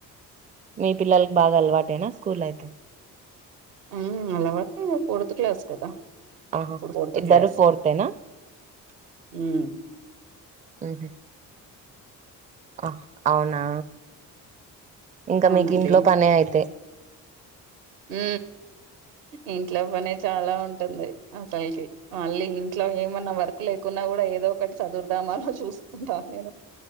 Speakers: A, on the right; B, on the right.
A: మీ పిల్లలకి బాగా అలవాటేనా స్కూల్ అయితే
B: ఉ అలవాటే ఫోర్తు క్లాస్ కదా
A: ఆహా
B: ఇప్పుడు ఫోర్త్
A: ఇద్దరు
B: క్లాస్
A: ఫోర్తేనా
B: ఉ
A: ఆహ ఆ అవునా ఇంక
B: అవునండి
A: మీకు ఇంట్లో పనే అయితే
B: ఉ ఇంట్లో పనే చాలా ఉంటుంది అసలకి మళ్ళీ ఇంట్లో ఏమన్నా వర్క్ లేకున్నా కూడా ఏదో ఏదో ఒకటి చదురదామా అని చూస్తుంటా నేను